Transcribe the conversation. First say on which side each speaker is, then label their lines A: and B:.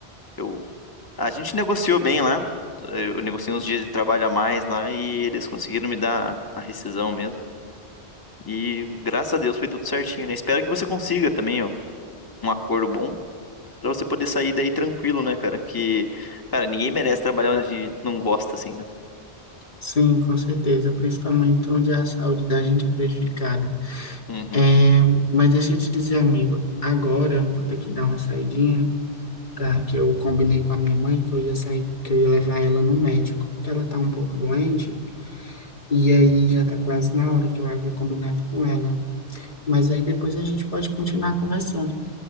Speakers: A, on the left; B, on the left.
A: eu A gente negociou bem lá. Eu negociei uns dias de trabalho a mais lá e eles conseguiram me dar a rescisão mesmo. E graças a Deus foi tudo certinho, né? Espero que você consiga também, ó, um acordo bom pra você poder sair daí tranquilo, né, cara? Porque, cara, ninguém merece trabalhar onde não gosta, assim, né?
B: Sim, com certeza, principalmente onde é a saúde da gente é prejudicada.
A: Uhum.
B: É, mas deixa eu te dizer, amigo, agora vou ter que dar uma saidinha, tá? Que eu combinei com a minha mãe que eu ia sair, que eu ia levar ela no médico, porque ela tá um pouco doente. E aí já tá quase na hora que eu havia combinado com ela. Mas aí depois a gente pode continuar conversando.